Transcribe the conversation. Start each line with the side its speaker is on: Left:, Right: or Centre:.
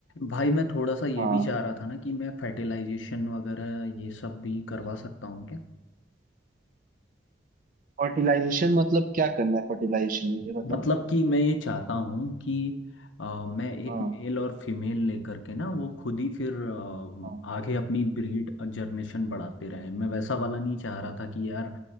Left: भाई मैं थोड़ा सा ये
Right: हाँ
Left: भी चाह रहा था ना कि मैं फर्टिलाइजेशन वगैरह ये सब भी करवा सकता हूँ
Right: फर्टिलाइजेशन मतलब क्या करना है फर्टिलाइजेशन में ये बताओ
Left: मतलब कि मैं ये चाहता हूँ कि अ, मैं एक
Right: हाँ
Left: मेल और फीमेल लेकर के ना वो खुद ही फिर अ,
Right: हाँ
Left: आगे अपनी ब्रीड जनरेशन बढ़ाते रहें मैं वैसा वाला नहीं चाह रहा था कि यार